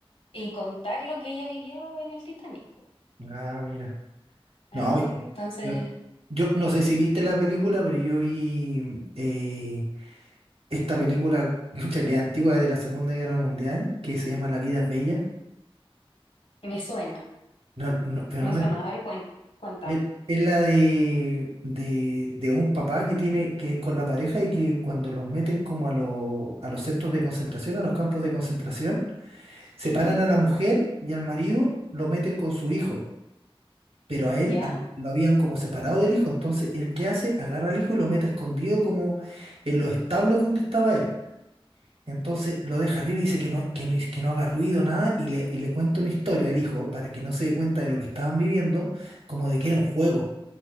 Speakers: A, on the left; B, on the right.
A: y contar lo que ella vivió en el Titanic.
B: Ah, mira.
A: ¿Entiendes?
B: no,
A: Entonces,
B: yo, yo no sé si viste la película, pero yo vi eh, esta película <laughs> mucha que es antigua de la Segunda Guerra Mundial que se llama La vida es bella.
A: me suena,
B: No, no, pero
A: me
B: no la
A: suena. A ver, cuen- cuéntame.
B: Es, es la de, de, de un papá que tiene, que es con la pareja y que cuando los meten como a, lo- a los centros de concentración, a los campos de concentración, separan
A: Ujú,
B: a la mujer y al marido, lo meten con su hijo. Pero a él
A: ¿Ya?
B: al- lo habían como separado del hijo. Entonces, ¿el qué hace? Agarra al hijo y lo mete escondido como en los establos donde estaba él. Entonces lo deja arriba y dice que no, que no, que no haga ruido, nada, y le, y le cuenta una historia al hijo para que no se dé cuenta de lo que estaban viviendo, como de que era un juego.